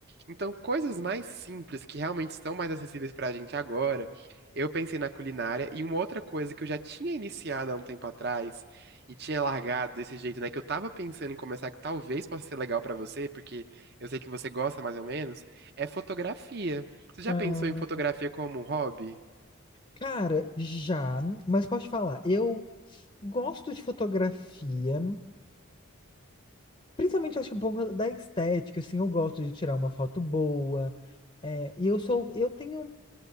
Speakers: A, on the right; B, on the left.
A: Então, coisas mais simples, que realmente estão mais acessíveis pra gente agora, eu pensei na culinária e uma outra coisa que eu já tinha iniciado há um tempo atrás e tinha largado desse jeito, né, que eu tava pensando em começar, que talvez possa ser legal pra você, porque eu sei que você gosta mais ou menos, é fotografia. Você já
B: Ah,
A: pensou em fotografia como um hobby?
B: Cara, já, mas posso te falar, eu gosto de fotografia, principalmente acho que por conta da estética, assim, eu gosto de tirar uma foto boa. É, e eu sou, eu tenho